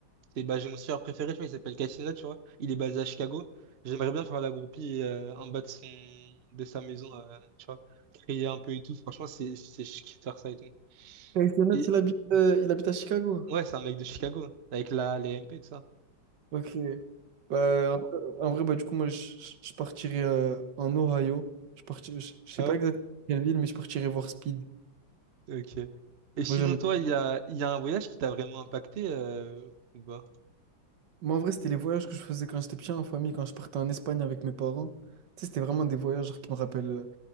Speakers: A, on the right; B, on the right.
A: C'est bah, j'ai mon surfeur préféré, tu vois, il s'appelle Cassina, tu vois. Il est basé à Chicago. J'aimerais bien faire la groupie euh, en bas de son de sa maison, euh, tu vois. Crier un peu et tout. Franchement, c'est c'est je kiffe faire ça et tout.
B: Kenneth,
A: Et
B: il habite, euh, il habite à Chicago.
A: ouais, c'est un mec de Chicago, avec la les MP et tout ça.
B: Ok. Bah, en en vrai, bah, du coup, moi, je, je- je partirais euh, en Ohio. Je partirais, je, je sais
A: Ah
B: pas
A: ouais?
B: exactement quelle ville, mais je partirais voir Speed.
A: Ok. Et sinon,
B: Moi, j'aime
A: toi, il y a, il y a un voyage qui t'a vraiment impacté euh, ou pas?
B: Moi, en vrai, c'était les voyages que je faisais quand j'étais petit en famille, quand je partais en Espagne avec mes parents. Tu sais, c'était vraiment des voyages genre, qui me rappellent, euh,